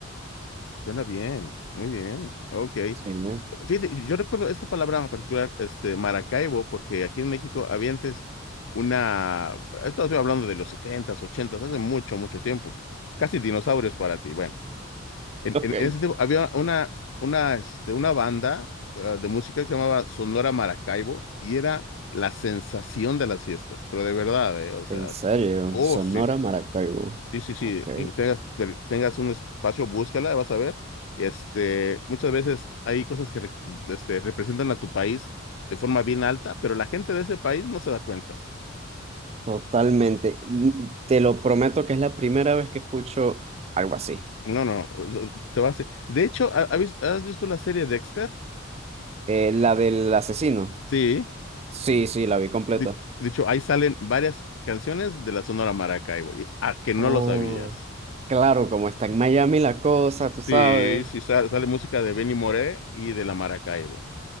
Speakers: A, on the left; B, on the right.
A: Suena bien, muy bien, ok.
B: Sí, ¿no?
A: Fíjate, yo recuerdo esta palabra en particular, este, Maracaibo, porque aquí en México había antes una, esto estoy hablando de los setentas ochentas hace mucho, mucho tiempo, casi dinosaurios para ti. Bueno, en,
B: Ok.
A: en- en ese tiempo había una, una, este, una banda eh, de música que se llamaba Sonora Maracaibo y era la sensación de las fiestas, pero de verdad, eh, o sea,
B: En serio,
A: oh,
B: Sonora
A: sí,
B: Maracaibo.
A: Sí, sí, sí,
B: Ok,
A: en que tengas, te- tengas un espacio, búscala, vas a ver. Este, muchas veces hay cosas que re- este, representan a tu país de forma bien alta, pero la gente de ese país no se da cuenta.
B: totalmente. N- Te lo prometo que es la primera vez que escucho algo así.
A: No, no, no, te va a hacer- De hecho, ¿ha- ha ¿has visto la serie Dexter?
B: Eh, la del asesino.
A: Sí,
B: Sí, sí, la vi completa.
A: de, de hecho, ahí salen varias canciones de la Sonora Maracaibo, y- a que no
B: Oh.
A: lo sabías.
B: Claro, como está en Miami la cosa, tú sabes.
A: Sí, sí, sa- sale música de Benny Moré y de la Maracaibo,